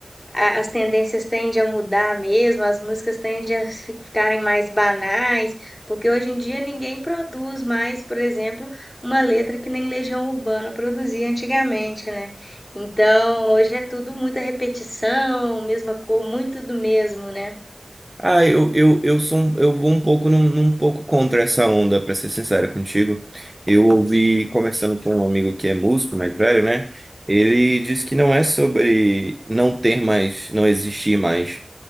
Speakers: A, on the left; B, on the right.
A: a- as tendências tendem a mudar mesmo, as músicas tendem a fi- ficarem mais banais, porque hoje em dia ninguém produz mais, por exemplo, uma letra que nem Legião Urbana produzia antigamente, né? Então, hoje é tudo muita repetição, mesma cor, muito do mesmo, né?
B: ah, eu, eu, eu sou, um- eu vou um pouco num, num pouco contra essa onda, pra ser sincero contigo. Eu ouvi conversando com um amigo que é músico, mais velho, né? Ele disse que não é sobre não ter mais, não existir mais.